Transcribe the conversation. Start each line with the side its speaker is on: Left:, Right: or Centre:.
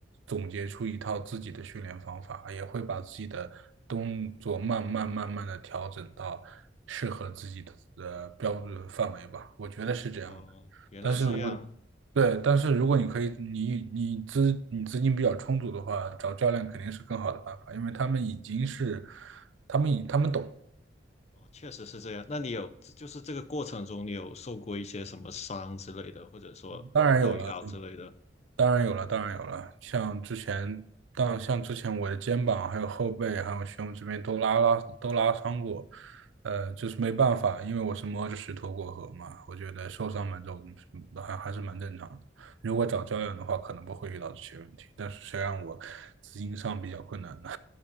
Right: 总结出一套自己的训练方法，也会把自己的动作慢慢慢慢的调整到适合自己的呃标准范围吧。我觉得是这样的，
Left: 哦，原来这样。
Right: 但是我。对，但是如果你可以，你你资你资金比较充足的话，找教练肯定是更好的办法，因为他们已经是他们他们懂，
Left: 哦，确实是这样。那你有，就是这个过程中，你有受过一些什么伤之类的，或者说扭到腰之类的？
Right: 当然有了，当然有了，当然有了。像之前，当像之前我的肩膀、还有后背、还有胸这边都拉拉都拉伤过，呃，就是没办法，因为我是摸着石头过河嘛。我觉得受伤蛮重，的，嗯还还是蛮正常的。如果找教练的话，可能不会遇到这些问题，但是谁让我资金上比较困难呢？